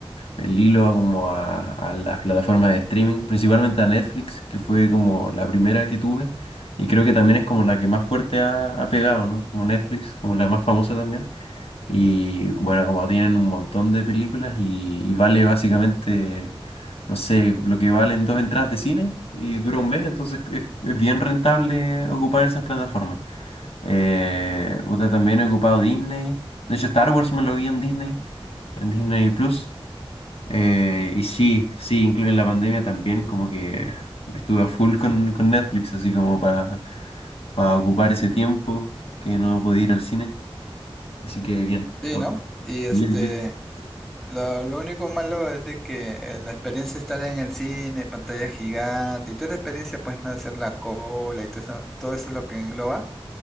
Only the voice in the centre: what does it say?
Sí,
¿no?
Y
este,
lo, lo único malo es de que eh, la experiencia de estar en el cine, pantalla gigante y toda la experiencia, pues, no hacer la cola y todo eso, todo eso lo que engloba,